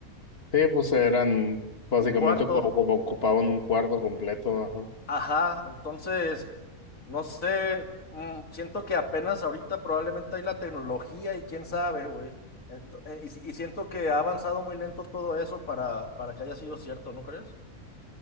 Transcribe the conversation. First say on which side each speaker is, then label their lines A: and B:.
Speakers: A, on the left; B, on the left.
A: Sí, pues eran básicamente
B: Un cuarto.
A: como, como ocupaban un cuarto completo,
B: Ajá, entonces, no sé, mm, siento que apenas ahorita probablemente hay la tecnología y quién sabe, güey. Ento- eh, Y, si- y siento que ha avanzado muy lento todo eso para, para que haya sido cierto, ¿no crees?